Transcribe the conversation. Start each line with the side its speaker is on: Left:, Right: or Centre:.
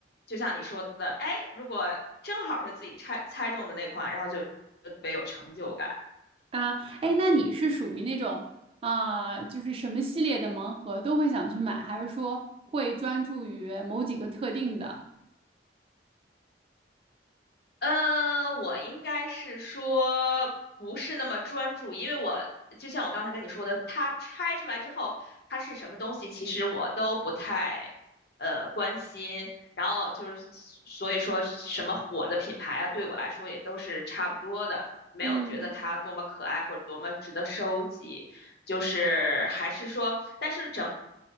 Left: 就像你说的，哎，如果正好是自己猜猜中的那款，然后就特别有成就感。
Right: 啊，哎，那你是属于那种啊、就是什么系列的盲盒都会想去买，还是说会专注于某几个特定的？
Left: 呃，我应该是说不是那么专注，因为我就像我刚才跟你说的，它拆出来之后，它是什么东西，其实我都不太呃关心。然后就是所以说什么火的品牌啊，对我来说也都是差不多的，没有觉得它多么可爱或者多么值得收集。
Right: 嗯
Left: 就是还是说，但是整